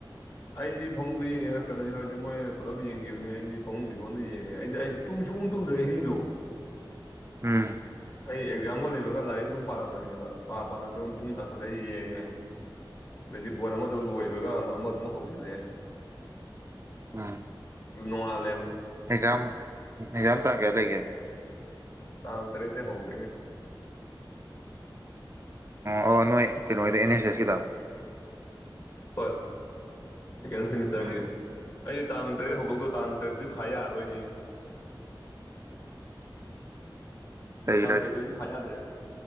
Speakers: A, on the left; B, on the right.
A: ꯑꯩꯗꯤ ꯐꯃꯨꯡꯗ ꯌꯦꯡꯉꯦ ꯉ ꯀꯩꯅꯣꯁꯤ ꯍꯧꯔꯗꯤ ꯃꯣꯏꯅ ꯄꯨꯂꯞ ꯌꯦꯡꯈꯤꯕꯅꯤ ꯑꯩꯗꯤ ꯐꯃꯨꯡꯗꯤ ꯏꯇꯣꯟꯗ ꯌꯦꯡꯉꯦ ꯑꯩꯗꯤ ꯑꯩ ꯇꯨꯝꯁꯨꯨꯡꯨꯝ ꯇꯨꯝꯗ꯭ꯔ ꯑ ꯍꯤꯡꯖꯨ
B: <unintelligible> ꯎꯝ
A: ꯍ <inaudible> ꯑꯩ ꯑꯦꯛꯖꯥꯝꯒ ꯂꯩꯕꯒ ꯂꯥꯏꯔꯤꯛ ꯑꯗꯨꯝ ꯄꯥꯔꯝꯕꯅꯦꯕ ꯄꯥ ꯄꯥꯅ ꯑꯗꯨꯝ ꯄꯨꯡ ꯇꯥꯁꯜꯂ ꯌꯦꯡꯉꯦ ꯑꯗꯤ ꯕꯣꯜ ꯑꯃꯗꯣ ꯂꯣꯏꯕꯒ ꯑꯃ ꯑꯃꯗꯨꯝ ꯍꯧꯖꯜꯂꯛꯑꯦ
B: ꯎꯝ
A: ꯅꯣꯡꯉꯥꯜꯂꯦꯕ
B: ꯑꯦꯛꯖꯥꯝ ꯑꯦꯛꯖꯥꯝ ꯇꯥꯡ ꯀꯌꯥ ꯂꯩꯒꯦ
A: ꯇꯥꯡ ꯇꯔꯦꯠꯇ ꯍꯧꯗꯣꯏꯅꯦ
B: ꯑꯣ ꯑꯣ ꯅꯣꯏ ꯀꯩꯅꯣꯗ ꯑꯦꯟ ꯑꯦꯁ ꯑꯦꯁꯀꯤꯗ
A: ꯄꯠ ꯁꯦꯀꯦꯟ ꯁꯦꯃꯤꯁꯇꯔꯒꯤ
B: ꯎꯝ
A: ꯑꯩ ꯇꯥꯡ ꯇꯔꯦꯠ ꯍꯧꯗꯣꯛꯗꯣ ꯇꯥꯡ ꯇꯔꯦꯠꯇꯤ ꯊꯥ ꯌꯥꯔꯔꯣꯏꯅꯦ ꯑꯩꯗꯤ
B: ꯂꯩꯔꯣꯏ
A: ꯆꯥꯡ ꯀꯩꯗꯣꯏꯗꯤ ꯊꯥ ꯌꯥꯗ꯭ꯔꯦ